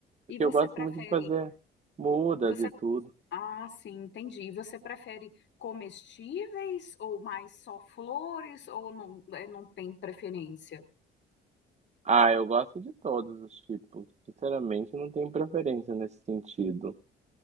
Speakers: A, on the right; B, on the left.
A: Porque
B: E você
A: eu gosto
B: prefere,
A: muito de fazer mudas
B: você,
A: e tudo.
B: ah, sim, entendi. E Você prefere comestíveis ou mais só flores ou não, eh, não tem preferência?
A: Ah, eu gosto de todos os tipos. Sinceramente, não tenho preferência nesse sentido.